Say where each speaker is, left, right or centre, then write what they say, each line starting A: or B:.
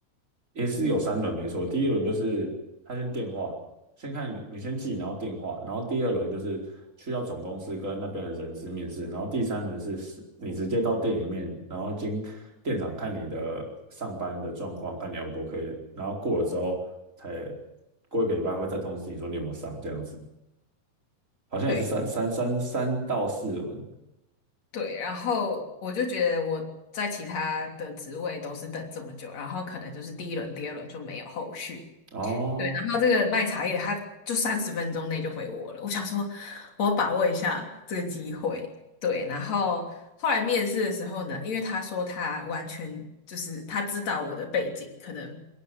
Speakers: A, on the right; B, on the left.
A: 也是有三轮没错，第一轮就是他先电话，先看你你先记，然后电话，然后第二轮就是去到总公司跟那边的人资面试，然后第三轮是是你直接到店里面，然后经店长看你的上班的状况，看你 O 不 OK，然后过了之后才过一个礼拜会再通知你说你有没有上这样子。好像也是三三三三到四轮。
B: 对。对，然后我就觉得我在其他的职位都是等这么久，然后可能就是第一轮、第二轮就没有后续，
A: 哦
B: 对，然后这个卖茶叶他就三十分钟内就回我了，我想说我要把握一下这个机会。对，然后后来面试的时候呢，因为他说他完全就是他知道我的背景，可能